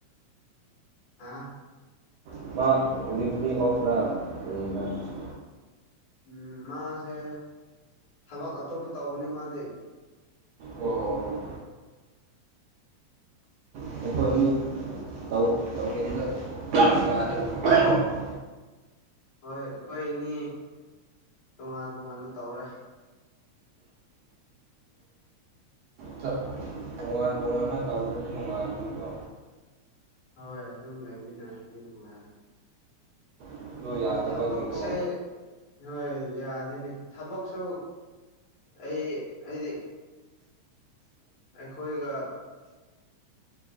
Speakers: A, on the left (about 60°); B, on the right (about 80°).
A: ꯍꯥ
B: <unintelligible>
A: ꯎꯝ ꯃꯥꯁꯦ ꯊꯕꯛ ꯑꯇꯣꯞꯄ ꯇꯧꯕꯅꯤ ꯃꯥꯗꯤ
B: ꯑꯣ <unintelligible>
A: ꯍꯣꯏ ꯑꯩꯈꯣꯏ ꯑꯅꯤ ꯇꯣꯉꯥꯟ ꯇꯣꯉꯥꯟꯅ ꯇꯧꯔꯦ
B: ꯆꯞ ꯇꯣꯉꯥꯟ ꯇꯣꯉꯥꯟꯅ ꯇꯧꯗ꯭ꯔꯗꯤ ꯅꯨꯡꯉꯥꯏꯒꯅꯤꯀꯣ
A: ꯍꯣꯏ ꯑꯗꯨꯝ ꯂꯩꯃꯤꯟꯅꯔꯗꯤ ꯅꯨꯡꯉꯥꯏ
B: ꯑꯗꯨ ꯌꯥꯗꯕꯒꯤꯀꯣ
A: ꯊꯕꯛꯁꯦ ꯍꯣꯏ ꯌꯥꯗꯦꯅꯦ ꯊꯕꯛꯁꯨ ꯑꯩ ꯍꯥꯏꯗꯤ ꯑꯩꯈꯣꯏꯒ